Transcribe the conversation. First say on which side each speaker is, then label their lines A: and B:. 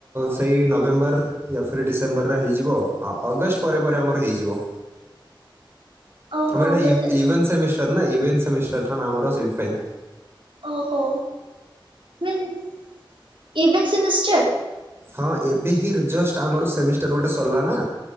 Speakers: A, on the right (about 30°); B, on the right (about 75°).
A: ସେଇ ନଭେମ୍ବର। ୟା ଫିରି ଡିସେମ୍ବରରେ ହେଇଯିବ ଆଉ। ଅଗଷ୍ଟ ପରେ ପରେ ଆମର ହେଇଯିବ।
B: <inaudible>
A: ଆମର ଏଇଟା
B: ଅଗଷ୍ଟ
A: ୟୁ ୟୁଭେନ୍ ସେମିଷ୍ଟର ନା ୟୁଭେନ ସେମିଷ୍ଟର ଟା ଆମର ସେଇଥିପାଇଁ।
B: ଓହୋ। <unintelligible> ଇଭେଣ୍ଟ ସେମିଷ୍ଟର
A: ହଁ ଏବେ ହିଁ ଜଷ୍ଟ୍ ଆମର ସେମିଷ୍ଟର ଗୋଟେ ସରିଲା ନା।